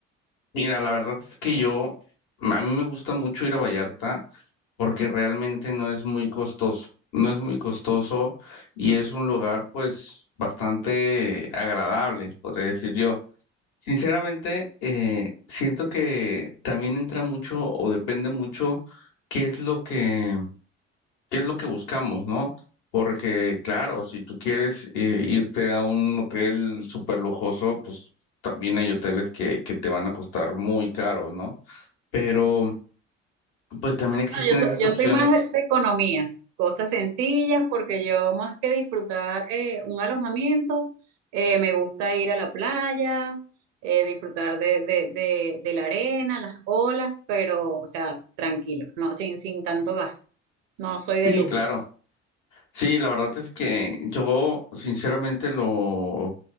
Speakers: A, on the left; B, on the right.
A: mira, la verdad es que yo, a mí me gusta mucho ir a Vallarta porque realmente no es muy costoso, no es muy costoso y es un lugar pues bastante agradable, podría decir yo. Sinceramente, eh, siento que también entra mucho o depende mucho qué es lo que, qué es lo que buscamos, ¿no? Porque claro, si tú quieres eh, irte a un hotel súper lujoso, pues también hay hoteles que, que te van a costar muy caro, ¿no? Pero pues también existen
B: No, yo soy,
A: esas
B: yo
A: opciones.
B: soy más de de economía, cosas sencillas, porque yo más que disfrutar eh, un alojamiento, eh, me gusta ir a la playa, eh, disfrutar de, de, de, de la arena, las olas, pero, o sea, tranquilo, no, sin, sin tanto gasto. No soy de
A: Sí,
B: lujo.
A: claro. Sí, la verdad es que yo sinceramente lo,